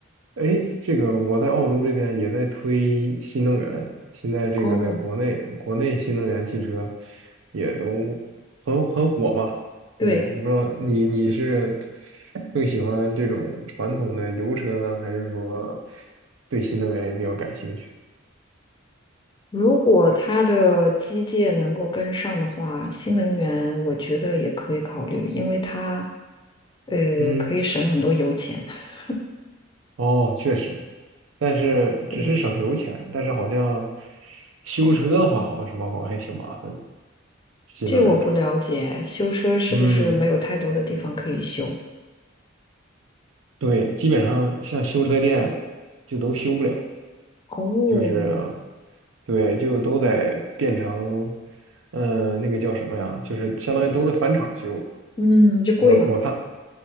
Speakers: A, on the right (about 80°); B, on the left (about 25°).
A: 哎，这个我在澳洲这边也在推新能源，现在这个在国内，
B: 哦，
A: 国内新能源汽车也都很很火嘛。对，
B: 对，
A: 我不知道你你是更喜欢这种传统的油车呢，还是说对新能源也比较感兴趣？
B: 如果它的机械能够跟上的话，新能源我觉得也可以考虑，因为它，呃，
A: 嗯，
B: 可以省很多油钱。<laughs>
A: 哦，确实，但是只是省油钱，
B: 对，
A: 但是好像修车的话，
B: 哦，
A: 好像什么好像还挺麻烦的，新能源车。
B: 这我不了解，修车是不是没有太多的地方可以修？
A: 嗯。对，基本上像修车店就都修不了，
B: 哦，
A: 就是对，就都得变成，呃，那个叫什么呀？就是相当于都得返厂修。
B: 嗯，就贵了。
A: 我我看，